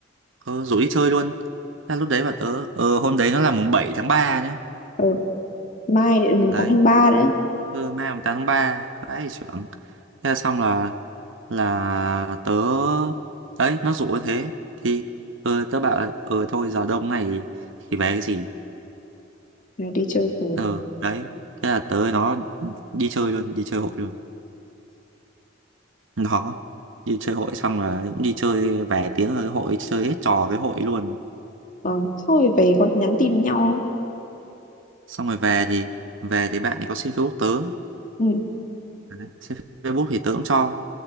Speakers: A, on the right; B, on the left.
A: ờ, rủ đi chơi luôn Thế là lúc đấy bảo tớ Ờ hôm đấy nó là mùng 7 tháng 3 nhá
B: Ừ. Mai đến mùng
A: Đấy
B: 8 tháng ba nữa.
A: Cơ mai mùng tám tháng ba Vãi trưởng thế là xong là là tớ đấy nó rủ như thế thì ờ tớ bảo là, ờ thôi giờ đông này thì về cái gì
B: Rồi đi chơi cùng.
A: ờ đấy thế là tớ với nó đi chơi luôn đi chơi hội luôn <laughs> đó đi chơi hội xong là cũng đi chơi về tiếng là cái hội chơi hết trò cái hội luôn
B: Ờ. Xong rồi về còn nhắn tin với nhau.
A: xong rồi về thì về thì bạn ấy có xin Facebook tớ
B: Ừ.
A: đấy, xin Facebook thì tớ cũng cho